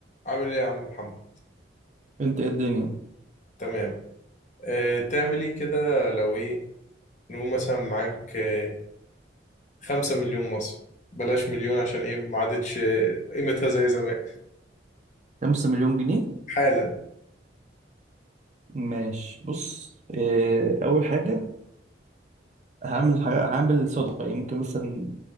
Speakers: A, on the left (about 40°); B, on the right (about 40°).
A: عامل ايه يا عم محمد
B: انت ايه الدنيا
A: تمام أه تعمل ايه كده لو ايه نقول مثلا معاك آه، خمسة مليون مصري بلاش مليون عشان ايه ما عادتش آه، قيمتها زي زمان
B: خمسة مليون جنيه
A: حالا
B: ماشي بص اه اول حاجة هعمل حاجة هعمل صدقة يعني ممكن مثلا